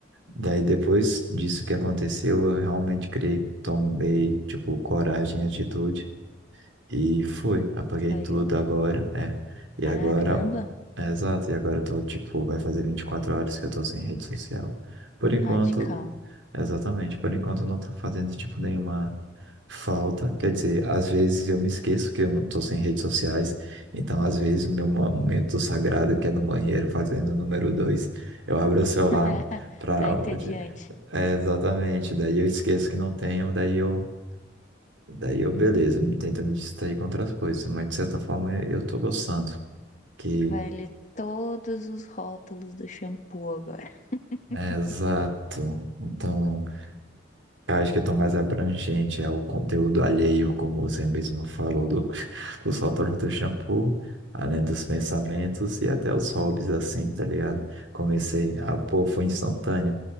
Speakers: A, on the right (about 80°); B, on the left (about 40°).
A: Daí
B: Uhum,
A: depois disso que aconteceu, eu realmente criei, tomei, tipo, coragem e atitude e fui, apaguei
B: saiu.
A: tudo agora, é. E
B: Caramba,
A: agora, é, exato, e agora eu tô, tipo, vai fazer 24 horas que eu tô sem rede social. Por enquanto,
B: radical.
A: exatamente, por enquanto eu não tô fazendo, tipo, nenhuma falta. Quer dizer, às vezes eu me esqueço que eu não tô sem redes sociais, então às vezes o meu momento sagrado, que é no banheiro, fazendo o número dois eu abro o celular
B: <laughs>
A: para
B: Tá entediante.
A: é, exatamente. Daí eu esqueço que não tenho, daí eu, daí eu, beleza,
B: Hum,
A: eu tento me distrair com outras coisas, mas de certa forma eu eu tô gostando. Que,
B: vai ler todos os rótulos do shampoo agora. <laughs>
A: é, exato. Então, Eu acho que eu tô mais abrangente é o conteúdo alheio, como você mesmo falou, do, <laughs> do sótão do shampoo, além dos pensamentos e até os hobbies, assim, tá ligado? Comecei a, pô, foi instantâneo.